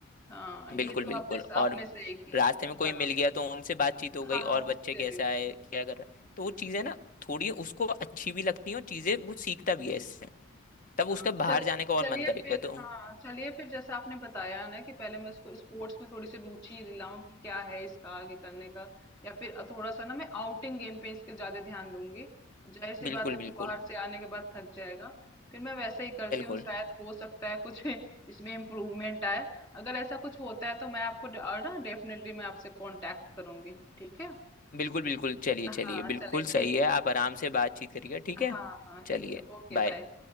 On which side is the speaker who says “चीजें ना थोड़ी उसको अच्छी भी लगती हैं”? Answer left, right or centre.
Left